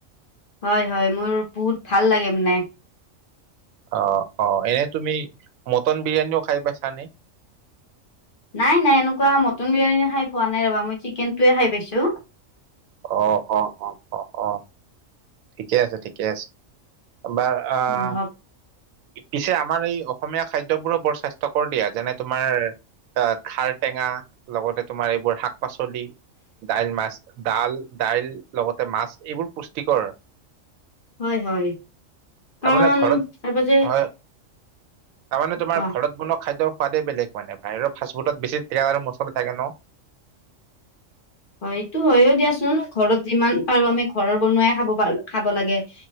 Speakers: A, on the left; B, on the right.
A: হয়-হয়, মোৰ বহুত ভাল লাগে মানে।
B: অ', -অ',। এনেই তুমি মাটান বিৰিয়ানিও খাই পাইছ নে?
A: নাই-নাই, এনেকুৱা মাটান বিৰিয়ানী খাই পোৱা নাই ৰ'বা মই চিকেনটোৱে খাই পাইছো।
B: অ', -অ', -অহ', -অহ', -অহ', ঠিকে আছে, ঠিকে আছে। এবাৰ- আঁ-
A: অ'
B: পিছে আমাৰ এই অসমীয়া খাদ্যবোৰো বৰ স্বাস্থ্যকৰ দিয়া, যেনে- তোমাৰ- আঁ' খাৰ টেঙা লগতে তোমাৰ এইবোৰ শাক-পাচলি। দাইল-মাছ, ডাল, দাইল লগতে মাছ এইবোৰ পুষ্টিকৰ।
A: হয়-হয়,
B: তাৰমানে
A: কাৰণ
B: ঘৰত
A: তাৰপাছত
B: হয় তাৰমানে তোমাৰ
A: কোৱা
B: ঘৰত বনোৱা খাদ্যৰ সোৱাদেই বেলেগ মানে বাহিৰৰ ফাষ্টফুডত বেছি তেল আৰু মছলা থাকে ন'।
A: হয়, এইটো হয়ও দিয়াচোন, ঘৰত যিমান পাৰো আমি ঘৰৰ বনোৱাই খাব পাৰো খাব লাগে।